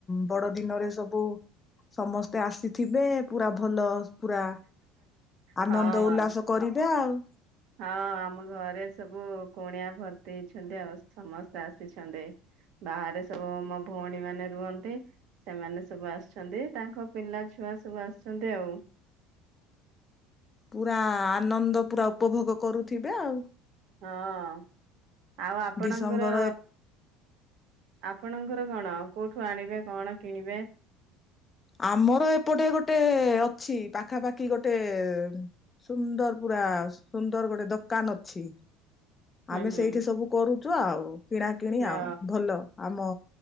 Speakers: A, on the left; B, on the right.
A: ବଡ ଦିନରେ ସବୁ ସମସ୍ତେ ଆସିଥିବେ ପୁରା ଭଲ ପୁରା ଆନନ୍ଦ
B: ହଁ।
A: ଉଲ୍ଲାସ କରିଦେ ଆଉ।
B: ହଁ ଆମ ଘରେ ସବୁ କୁଣିଆ ଭର୍ତ୍ତି ହେଇଛନ୍ତି। ଆଉ ସମସ୍ତେ ଆସିଛନ୍ତି। ବାହାରେ ସବୁ ମୋ ଭଉଣୀ ମାନେ ରୁହନ୍ତି। ସେମାନେ ସବୁ ଆସିଛନ୍ତି, ତାଙ୍କ ପିଲା ଛୁଆ ସବୁ ଆସିଛନ୍ତି ଆଉ।
A: ପୁରା ଆନନ୍ଦ ପୁରା ଉପଭୋଗ କରୁଥିବେ ଆଉ।
B: ହଁ, ଆଉ ଆପଣଙ୍କର
A: ଡିସେମ୍ବର ଏକ
B: ଆପଣଙ୍କର କଣ କୋଉଠୁ ଆଣିବେ କଣ କିଣିବେ?
A: ଆମର ଏପଟେ ଗୋଟେ ଅଛି, ପାଖାପାଖି ଗୋଟେ ସୁନ୍ଦର ପୁରା ସୁନ୍ଦର ଗୋଟେ ଦୋକାନ ଅଛି।
B: ହୁଁ
A: ଆମେ
B: ହୁଁ
A: ସେଇଠି ସବୁ କରୁଚୁ ଆଉ କିଣା କିିଣି
B: ହଁ
A: ଆଉ। ଭଲ ଆମ